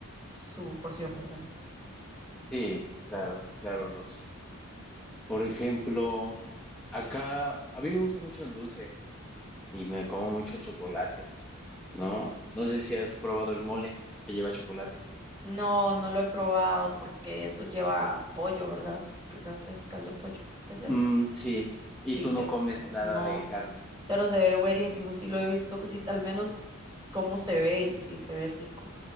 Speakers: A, on the right; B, in the centre.
A: su porción, ¿verdad?
B: Sí, claro, claro, Ross. Por ejemplo, acá a mí me gusta mucho el dulce y me como mucho el chocolate, ¿no? No sé si has probado el mole que lleva chocolate.
A: No, no lo he probado porque eso lleva pollo, ¿verdad? Creo que es caldo de pollo. ¿Es Ese
B: Mm,
A: sí,
B: sí, y
A: Sí,
B: tú no
A: yo no
B: comes
A: como,
B: nada
A: no,
B: de carne.
A: pero se ve buenísimo, sí lo he visto, que sí, al menos cómo se ve y sí, se ve rico.